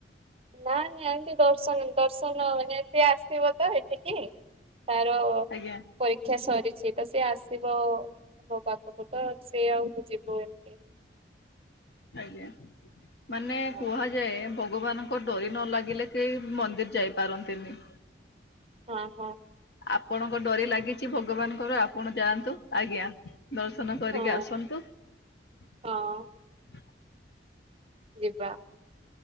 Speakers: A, on the right; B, on the left.
A: ନାଇ ନାଇଁ ଆଣ୍ଟି ଦର୍ଶନ ଦର୍ଶନ ମାନେ ଏ ସେ ଆସିବ ତ ଏଠିକି ତାର
B: ଆଜ୍ଞା
A: ପରୀକ୍ଷା ସରିଛି ତ ସେ ଆସିବ ମୋ ପାଖକୁ ତ ସେ ଆଉ ମୁଁ ଯିବୁ ଏମତି।
B: ଆଜ୍ଞା ମାନେ
A: ହଁ
B: କୁହାଯାଏ ଭଗବାନଙ୍କ ଡରି ନ ଲାଗିଲେ କେହି ମନ୍ଦିର ଯାଇପାରନ୍ତିନି।
A: ହଁ। ହଁ
B: ଆପଣଙ୍କ ଡରି ଲାଗିଛି ଭଗବାନଙ୍କର ଆପଣ ଯାଆନ୍ତୁ ଆଜ୍ଞା ଦର୍ଶନ କରିକି
A: ହଁ
B: ଆସନ୍ତୁ। ନ୍ତୁ।
A: ହଁ ଯିବା